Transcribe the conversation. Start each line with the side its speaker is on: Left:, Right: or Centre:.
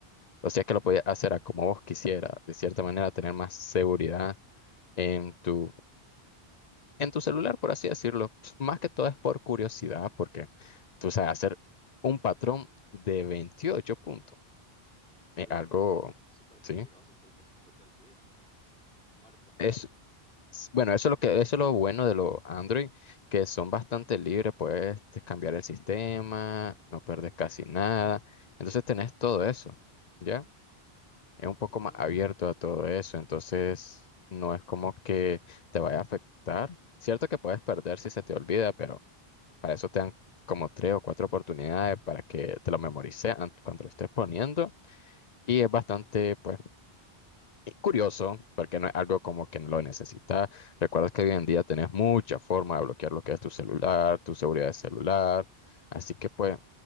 Left: O sea, que lo podía hacer a como vos quisieras, de cierta manera, tener más seguridad en tu en tu celular, por así decirlo. Pues, Más que todo es por curiosidad, porque tú sabes hacer un patrón de 28 puntos. Es
Centre: Oye,
Left: algo,
Centre: pero súper peligroso
Left: ¿sí?
Centre: porque si se te olvida, muerto.
Left: Es, s- bueno, eso es lo que, eso es lo bueno de los Android, que son bastante libres, puedes te- cambiar el sistema, no perdes casi nada. Entonces tenés todo eso, ¿ya? Es un poco
Centre: Uh,
Left: más abierto a todo eso, entonces no es como que te vaya a afectar. Cierto que puedes perder si se te olvida, pero Para eso te dan como tres o cuatro oportunidades para que te lo memorices an- cuando lo estés poniendo. Y es bastante, pues, curioso, porque no es algo como que lo necesitas. Recuerda que hoy en día tenés mucha forma de bloquear lo que es tu celular, tu seguridad de celular. Así que, pues,